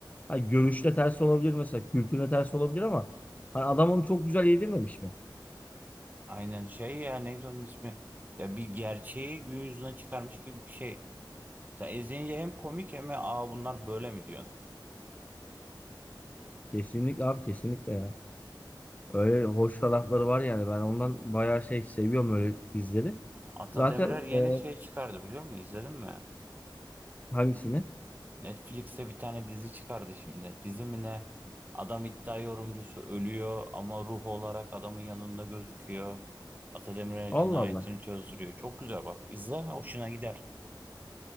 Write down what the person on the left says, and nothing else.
Ha, görüşte ters olabilir mesela. Kültürle ters olabilir ama hani adam onu çok güzel yedirmemiş mi?
Kesinlikle abi kesinlikle ya. Öyle hoş tarafları var yani. Ben ondan bayağı şey seviyorum öyle dizileri.
Zaten
e,
hangisini?
Allah
Allah.